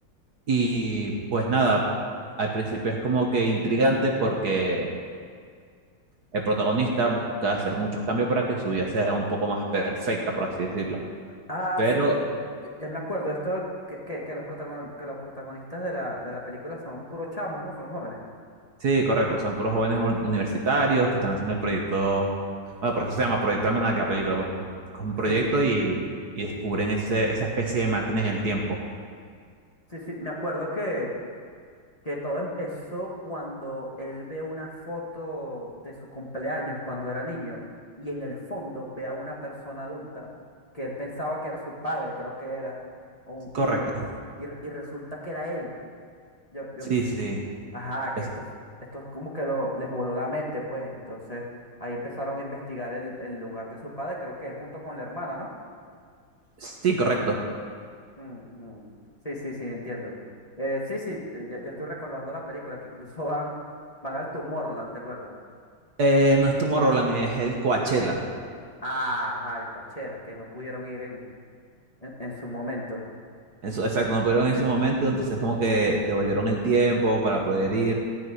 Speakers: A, on the right; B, on the left.
A: Y pues nada, al principio es como que intrigante porque el protagonista busca hacer muchos cambios para que su vida sea un poco más perfecta, por así decirlo.
B: Ah,
A: Pero
B: sí. Ya, ya me acuerdo. Esto que, que, que los protagon- que los protagonistas de la, de la película son puros chamos, ¿no? Son jóvenes.
A: Sí, correcto. Son puros jóvenes un- universitarios que están haciendo el proyecto. Bueno, por eso se llama Proyecto Almanac la película, pues, pues, es un proyecto
B: Sí,
A: y, y descubren ese, esa especie de máquina en el tiempo.
B: sí, sí. Me acuerdo que, que todo empezó cuando él ve una foto de su cumpleaños cuando era niño y en el fondo ve a una persona adulta que él pensaba que era su padre, creo que era, o un
A: Correcto.
B: tío, y, r- y resulta que era él. yo, yo,
A: Sí, sí.
B: ajá,
A: Es-
B: que esto, esto es como que lo, les voló la mente, pues. Entonces, ahí empezaron a investigar el, el lugar de su padre, creo que él junto con la hermana, ¿no?
A: sí, correcto.
B: Ujú. Sí, sí, sí, entiendo. Eh, sí, sí, eh, ya, ya estoy recordando la película, que incluso <laughs> van, van al Tomorrowland, ¿te acuerdas?
A: Eh, no es Roland, es el Coachella.
B: Ajá, el Coachella, que no pudieron ir en, en, en su momento.
A: Eso, exacto, no pudieron en ese momento, entonces como que devolvieron el tiempo para poder ir.